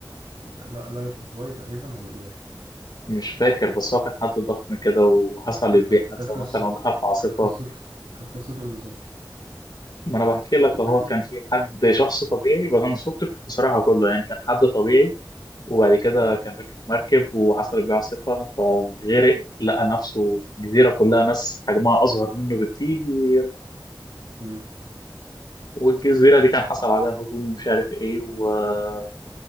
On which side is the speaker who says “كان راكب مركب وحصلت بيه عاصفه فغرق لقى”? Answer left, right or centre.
Left